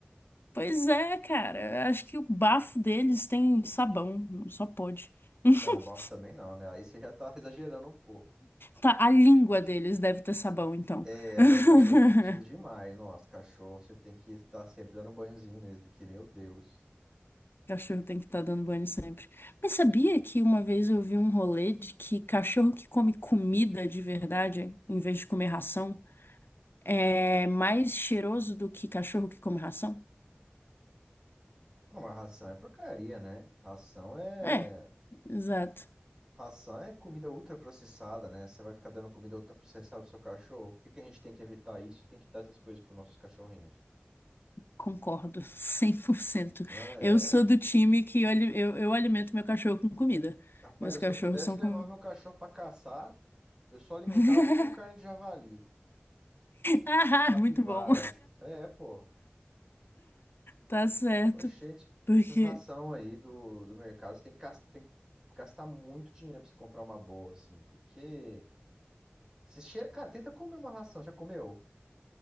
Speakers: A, on the left; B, on the right.
A: Pois é, cara. Acho que o bafo deles tem sabão. Só pode. <laughs>
B: Não, bafo também não, né? Aí você já tá <laughs> exagerando um pouco.
A: Tá, a língua deles deve ter sabão, então.
B: É, agora
A: <laughs>
B: cachorro é fedido demais. Nossa, cachorro, você tem que estar sempre dando banhozinho nele, porque, meu Deus.
A: Cachorro tem que estar dando banho sempre. Mas sabia que uma vez eu vi um rolê de que cachorro que come comida de verdade, em vez de comer ração, é mais cheiroso do que cachorro que come ração?
B: Não, mas ração é porcaria, né? Ração é.
A: É, exato.
B: Ração é comida ultraprocessada, né? Você vai ficar dando comida ultraprocessada pro seu cachorro. Por que que a gente tem que evitar isso? Tem que dar essas coisas pros nossos cachorrinhos.
A: Concordo, <laughs> 100%.
B: Ah, é,
A: Eu sou
B: ué.
A: do time que olhe- eu, eu alimento meu cachorro com comida.
B: Rapaz,
A: Meus cachorros
B: se eu pudesse,
A: são
B: eu
A: com.
B: levava meu cachorro pra caçar. Eu só alimentava
A: <laughs>
B: ele com carne de javali,
A: Ah,
B: capivara.
A: muito bom.
B: É, pô.
A: Tá certo.
B: Oxente,
A: Porque.
B: essas ração aí do, do mercado, você tem que, gastar, tem que gastar muito dinheiro pra você comprar uma boa, assim, porque você cheira, cara, tenta comer uma ração, já comeu?